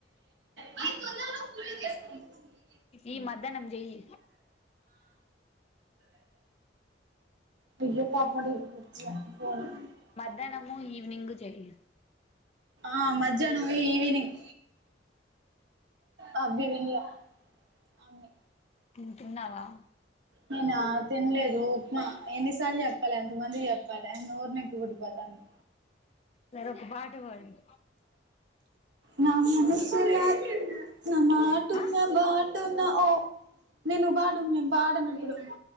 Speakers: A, on the right; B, on the left.
A: <unintelligible> మన్నాస్త <unintelligible>
B: ఈ మధ్యాహ్నం చెయి
A: బల్ పా పోడి ఫ <unintelligible>
B: మధ్యాహ్నము ఈవినింగ్ చెయి
A: ఆ మధ్యాహ్నం పోయి ఈవినింగ్ అ అబ్బి విన్ల అన్ని
B: తింటున్నావా
A: నేనా తినలేదు ఉప్మా ఎన్నిసార్లు చె చెప్పాలి ఎంతమందికి చెప్పాలి నోరు నెప్పుపుట్టి పొతాంది
B: మరి ఒక పాట పాడు
A: నా మనసు నా నా మాటున్న
B: ఆ
A: బాటున్న ఓ నేను బాడు నేను బాడను ఇప్పుడు